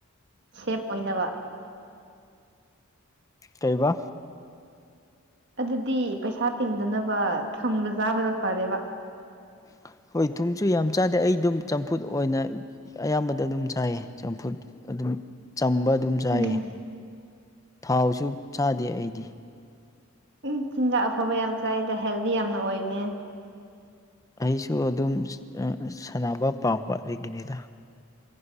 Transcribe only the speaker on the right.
ꯁꯦꯞ ꯑꯣꯏꯅꯕ
ꯑꯗꯨꯗꯤ ꯄꯩꯁꯥ ꯇꯤꯡꯗꯅꯕ ꯊꯕ ꯆꯥꯕꯗ ꯐꯔꯦꯕ
ꯎꯝ
ꯎ ꯆꯤꯟꯖꯥꯛ ꯑꯐꯕ ꯌꯥꯝ ꯆꯥꯏꯗ ꯍꯦꯜꯗꯤ ꯌꯥꯝꯅ ꯑꯣꯏꯅꯦ